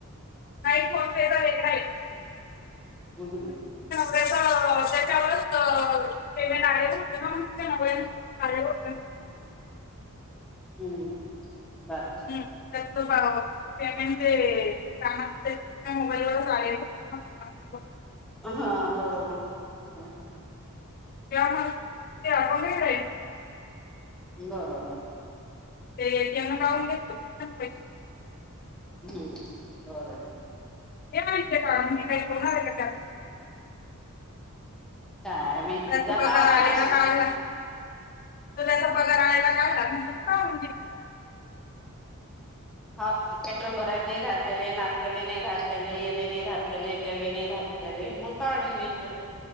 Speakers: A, on the left; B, in the centre.
A: नाई फोन पे चा वेगळा हाय
B: हम् ह
A: त्या त्याच्यावरच पेमेंट आलेलं होतं ना मग ते <unintelligible> आलेलं होतं ना
B: हम्म बरं
A: हम्म. <unintelligible> पेमेंट जे काम <unintelligible> मोबाईलवरच आले <unintelligible>
B: हा बरोबर हम
A: त्या म्हणत होतया <unintelligible>
B: बरोबर
A: ते येती कावून घेतलं <unintelligible> पैसे
B: हम बरं ना
A: ते म्हणाव <unintelligible> काही होणार हाय का?
B: काय म
A: त्याचा
B: तिचा
A: पगार
B: हवात
A: आलेला
B: असे
A: काढला तो त्याचा पगार आणायला काढ लाग <unintelligible>
B: हा पेट्रोल भरत नाही राहतेले, नाशतेले नाही राहले येले नाही राहले, त्याले नाही राहतेले, मग काढून घेईन तो